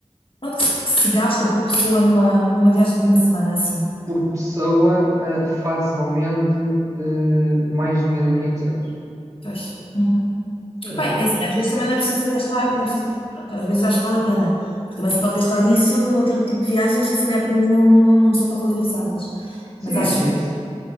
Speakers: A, on the left; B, on the right.
A: Pronto, que se, que se gasta por pessoa numa, numa viagem de uma semana assim.
B: Por pessoa, eh, facilmente, eh, mais de mil e quinhentos euros.
A: Pois. Uhum.
B: Eh,
A: Bem, é assim, às vezes também não é preciso gastar, não é preciso, pronto, às vezes acho que vale a pena, porque também se pode gastar isso noutro tipo de viagens que se calhar para mim não, não são tão valorizadas.
B: sim,
A: Mas acho,
B: é, é isso.